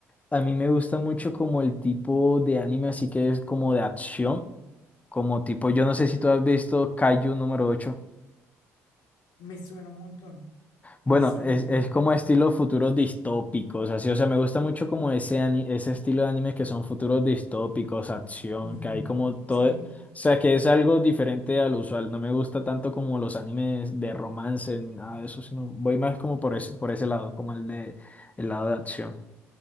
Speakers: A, on the left; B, on the left.
A: a mí me gusta mucho como el tipo de anime, así que es como de acción, como tipo, yo no sé si tú has visto Kaiju número ocho,
B: Me suena un montón.
A: Bueno,
B: Me suena.
A: es, es como estilo futuros distópicos, así, o sea, me gusta mucho como ese, ani- ese estilo de anime que son futuros distópicos, acción,
B: Ujú,
A: que hay como todo,
B: Sí.
A: o sea, que es algo diferente al usual, no me gusta tanto como los animes de romance ni nada de eso, sino voy más como por ese, por ese lado, como el de, el lado de acción.